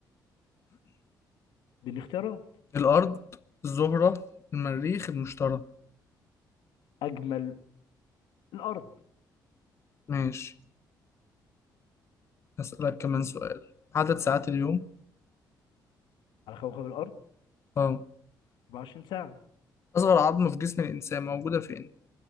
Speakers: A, on the left; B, on the left.
A: دي اختيارات
B: الأرض الزهرة المريخ المشتري
A: أجمل الأرض
B: ماشي هسألك كمان سؤال عدد ساعات اليوم
A: على كوكب الأرض
B: اه
A: 24 ساعة
B: أصغر عظمة في جسم الإنسان موجودة فين؟